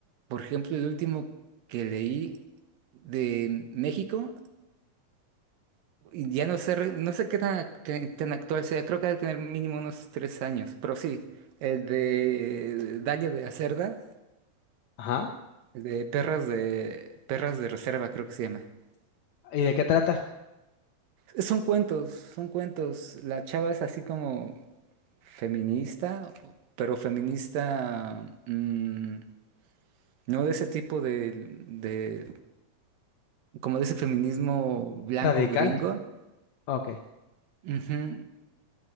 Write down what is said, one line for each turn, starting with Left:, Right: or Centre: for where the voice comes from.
Right: por ejemplo, el último que leí de México, y ya no sé, re- no sé qué tan, ac- qué tan actual sea, creo que ha de tener mínimo unos tres años, pero sí, el de Dalia de la Cerda,
Left: Ajá,
Right: el de Perras de, Perras de Reserva, creo que se llama.
Left: ¿y de qué trata?
Right: Son cuentos, son cuentos. La chava es así como feminista, pero feminista mm, no de ese tipo de, de- como de ese feminismo blanco
Left: Radical,
Right: gringo.
Left: ok,
Right: Ujú.